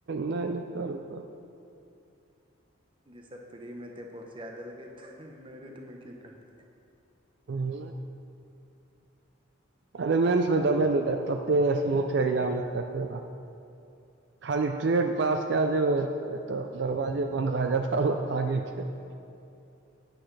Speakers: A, on the right; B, on the right.
A: न य ने करु करु
B: जैस प्री मे ते पहुँचा देलकै त मेरिट में की करते
A: हुँ अरे मेन्स मे देबे ने तते स्मूथ एग्यजाम देखबै ने खाली ट्रेड पास क जेबै तऽ दरवाजे बंन्द रह जेता आगे के